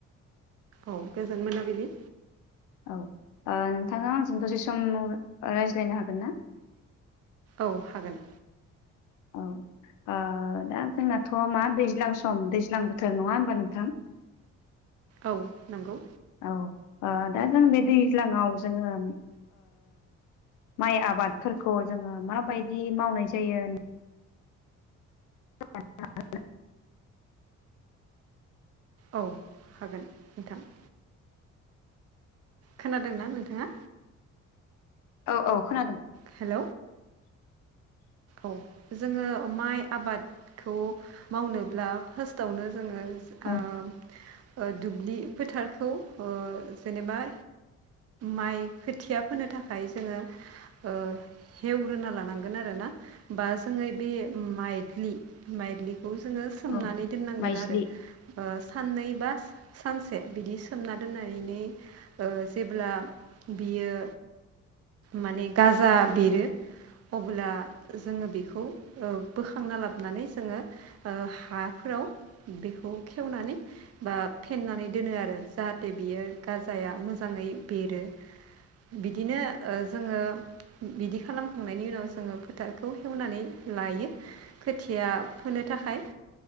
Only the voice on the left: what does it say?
औ नोंथाङा आंजों दसे सम रायज्लायनो हागोन ना
औ दा जोंनाथ' मा दैज्लां सम दैज्लां बोथोर नङा होनोमबा नोंथां
औ दा जों बे दैज्लाङाव जोङो माइ आबादफोरखौ जोङो माबायदि मावनाय जायो। <unintelligible>
औ औ खोनादों।
औ
औ
माइज्लि